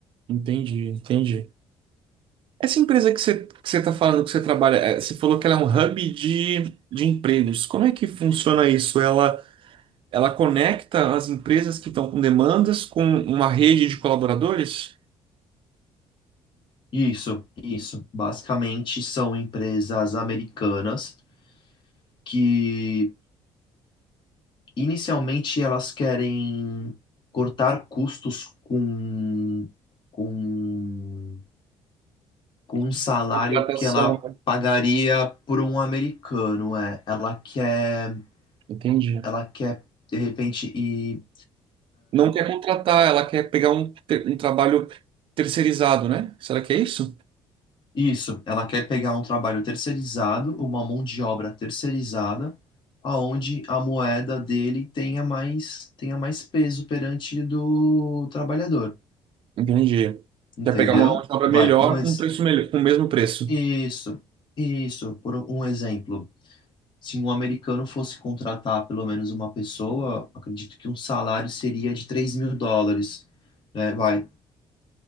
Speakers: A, on the right; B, on the left.
A: Entendi, entendi. Essa empresa que você, que você está falando que você trabalha, eh, você falou que ela é um hub de, de empregos. Como é que funciona isso? Ela Ela conecta as empresas que estão com demandas com uma rede de colaboradores?
B: Isso, isso. Basicamente são empresas americanas que inicialmente elas querem cortar custos com, com, com um salário
A: Contratação,
B: que ela
A: né?
B: pagaria por um americano, é. Ela quer,
A: Entendi.
B: ela quer de repente ir.
A: Não quer contratar, ela quer pegar um, te- um trabalho terceirizado, né? Será que é isso?
B: Isso, ela quer pegar um trabalho terceirizado, uma mão de obra terceirizada, aonde a moeda dele tenha mais, tenha mais peso perante do trabalhador,
A: Entendi.
B: entendeu?
A: Quer pegar uma mão de obra
B: Vai,
A: melhor
B: um ex...
A: com um preço melhor, com o mesmo preço.
B: Isso, isso, por um exemplo. Se um americano fosse contratar pelo menos uma pessoa, acredito que um salário seria de três mil dólares, né? Vai,